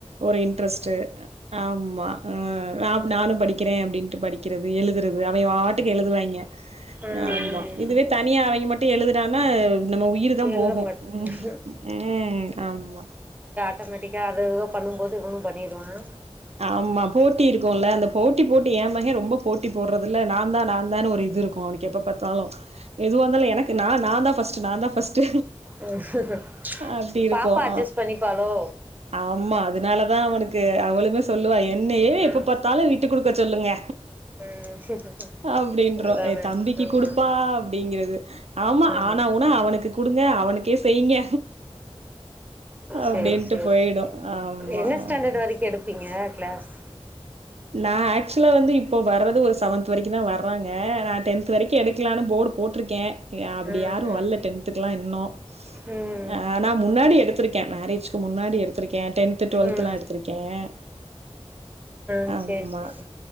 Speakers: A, on the right (about 75°); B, on the right (about 15°).
A: ஒரு இன்ட்ரெஸ்ட்
B: ம்
A: ஆமா நானும் படி படிக்கிறன் அப்டின்ட்டு படிக்கிறது எழுதுறது அவங்கி வாட்டுக்கு எழுதுவாய்ங்க
B: ம்
A: ஆமா இதுவே தனியா அவங்கி மட்டும் எழுதுரான் ஆனா நம்ம உயிர் தான்
B: எழுத
A: போகும்
B: மாட்டேது
A: உம் ஆமா
B: ஆட்டோமேட்டிக்காக அதுக பண்ணும்போது இவனும் பண்ணடுவான்
A: ஆமா போட்டி இருக்கும்ல அந்த போட்டி போட்டு ஏ மக ரொம்ப போட்டி போடுறது நான் தான் நான் தான் ஒரு இது இருக்கும் எப்ப பாத்தாலும் எதுவாந்தாலு எனக்கு நா தான் ஃபஸ்ட் நா தான் ஃபஸ்ட்
B: ம்
A: அப்படி இருக்கும்
B: பாப்பா அட்ஜஸ்ட் பண்ணிப்பாளோ
A: ஆமா அதனாலதான் அவனுக்கு அவலும் சொல்லுவா என்னைய எப்ப
B: ம்
A: பார்த்தாலும் விட்டு கொடுக்க சொல்லுங்க
B: ம்
A: அப்படின்ற
B: அதானே
A: தம்பிக்கு
B: ம்
A: குடுப்பா அப்படிங்கிறது ஆமா
B: ம்
A: ஆனா ஊனா அவனுக்கு குடுங்க அவனுக்க இத செய்ங்க அப்டின்ட்டு
B: செரி செரி
A: போயிடும். ஆமா.
B: என்ன ஸ்டாண்டர்ட்
A: ஆ.
B: வரைக்கும் எடுப்பீங்க க்ளாஸ்
A: நான் ஆசுவலா வந்து இப்போ வர்றது ஒரு செவன்த் வரைக்கும் தான் வறாங்க நான் டென்த் வரைக்கும் எடுக்கலாம்னு போர்டு போட்டு போட்டுருக்கே அப்படி
B: ம்
A: யாரும் வரல டென்த்துக்கு எல்லாம் இன்னும்
B: ம் ம்
A: ஆஹ் நான் முன்னாடி எடுத்திருக்கேன் மேரேஜ்க்கு முன்னாடி எடுத்திருக்கேன் டென்து டுவெல்த்லாம்
B: ம் ம் ம்
A: எடுத்திருக்கேன்
B: ம்
A: ஆமா
B: சேரி சேரி